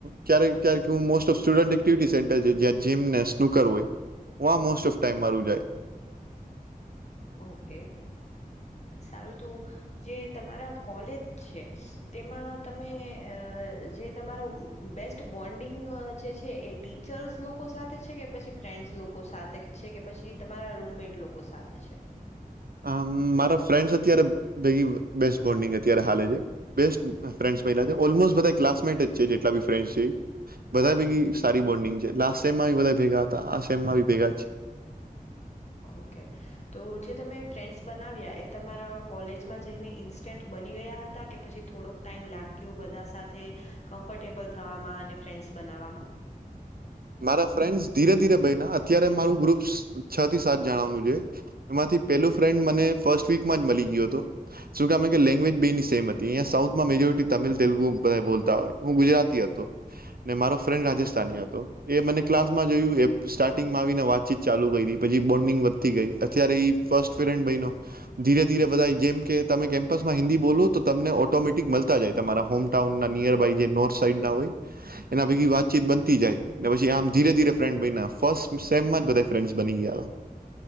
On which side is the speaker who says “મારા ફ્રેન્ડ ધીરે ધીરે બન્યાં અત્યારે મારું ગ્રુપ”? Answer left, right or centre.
Right